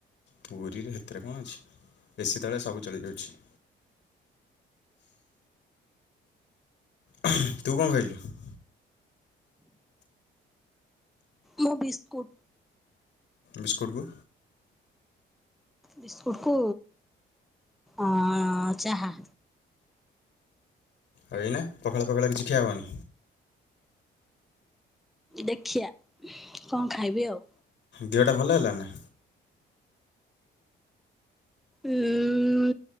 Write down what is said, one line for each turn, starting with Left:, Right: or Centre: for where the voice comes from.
Left: ପୁରିରେ ହେଥିରେ କଣ ଅଛି ଏସି ତଳେ ସବୁ ଚଳିଯାଉଛି। ହୁଁ ତୁ କଣ ଖାଇଲୁ?
Centre: ମୁଁ ବିସ୍କୁଟ୍।
Left: ବିସ୍କୁଟ୍ କୁ?
Centre: ବିସ୍କୁଟ୍ କୁ ଅଁ ଚାହା।
Left: ଆଉ ଏଇନା ପଖାଳ ଫଖାଳ କିଛି ଖିଆ ହେବନି?
Centre: ଦେଖିଆ କଣ ଖାଇବି ଆଉ।
Left: ଦେହ ଟା ଭଲ ହେଲା ନା?
Centre: ଉଁ